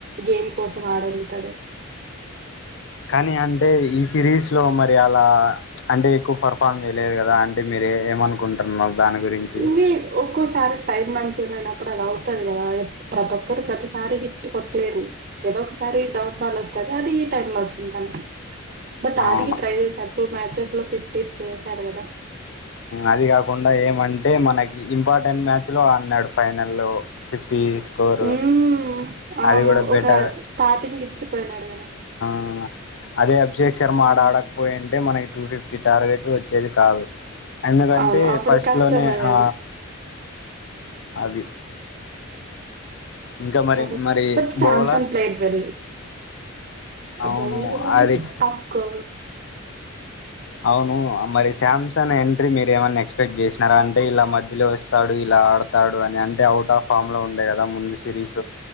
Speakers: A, on the right; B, on the left.
A: గేమ్ కోసం ఆడతాడు
B: కానీ అంటే ఈ సిరీస్ లో మరి అలా అంటే ఎక్కువ పర్ఫార్మ్ చేయలేదు కదా అంటే మీరు ఏమనుకుంటున్నారు దాని గురించి
A: మీ ఒక్కోసారి టైం మంచి అయినప్పుడు అది అవుతది కదా ప్రతి ఒక్కరు ప్రతిసారి హిట్ కొట్టలేరు ఏదో ఒకసారి డౌన్ ఫాల్ వస్తది అది ఈ టైమ్ లో వచ్చింది తనే బట్
B: అవును
A: ఆగ ట్రై సర్ మ బెస్ లో ఫిఫ్టీస్ చేసారు కదా
B: అది కాకుండా ఏమంటే మనకి ఇంపార్టెంట్ మ్యాచ్ లో అన్నాడు ఫైనల్ లో ఫిఫ్టీ స్కోరు
A: హ్మ్ అవును
B: అది కూడా బెటర్
A: ఒక స్టార్టింగ్ ఇచ్చిపోయినారు కదా
B: అ అదే అద్ భిషేక్ శర్మ
A: మ్మ్.
B: ఆడ ఆడకపోయింటే మనకి టూ ఫిఫ్టీ టార్గెట్ వచ్చేది కాదు ఎందుకంటే
A: అవును అప్పుడు
B: ఫస్ట్
A: కష్టమయ్యేది
B: లోనే ఆ అది ఇంకా మరి
A: కాబట్టి
B: మరి
A: but Samsung
B: bowler
A: play well
B: అవును
A: అబౌలర్
B: అది
A: ఆఫ్కో
B: అవును ఆ మరి శామ్స్ సన్ ఎంట్రీ మీరేమన్నా నెక్స్ ఎక్స్పెక్ట్ చేసినారా అంటే ఇలా మధ్యలో వస్తాడు ఇలా ఆడతాడు అని అంటే అవుట్ ఆఫ్ ఫామ్ లో ఉండే కదా ముందు సిరీస్